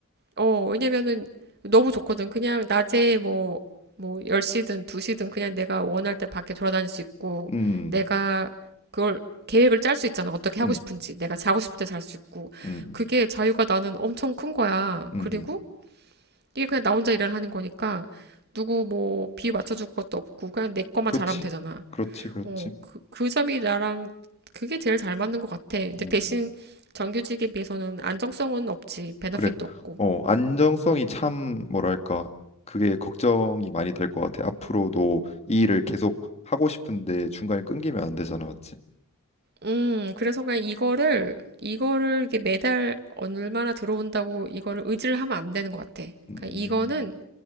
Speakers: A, on the right (about 50°); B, on the left (about 30°).
A: 어, 왜냐면은 너무 좋거든. 그냥 낮에 뭐, 뭐 10시든 2시든 그냥 내가 원할 때 밖에 돌아다닐 수 있고,
B: 음,
A: 내가 그걸 계획을 짤 수 있잖아. 어떻게 하고
B: 음,
A: 싶은지. 내가 자고 싶을 때 잘 수 있고.
B: 음,
A: 그게 자유가 나는 엄청 큰 거야.
B: 음,
A: 그리고
B: 음.
A: 이게 그냥 나 혼자 일을 하는 거니까 누구 뭐 비위 맞춰줄 것도 없고 그냥 내 것만
B: 그렇지,
A: 잘하면 되잖아.
B: 그렇지, 그렇지.
A: 어, 그, 그 점이 나랑 그게 제일 잘 맞는 것 같아. 근데
B: 음.
A: 대신 정규직에 비해서는 안정성은 없지. 베너핏도
B: 그래.
A: 없고.
B: 어, 안정성이 참 뭐랄까 그게 걱정이 많이 될 것 같아. 앞으로도 이 일을 계속 하고 싶은데 중간에 끊기면 안 되잖아, 맞지?
A: 음, 그래서 그냥 이거를, 이거를 이게 매달 얼마나 들어온다고 이거를 의지를 하면 안 되는 것 같아.
B: 음,
A: 그러니까 이거는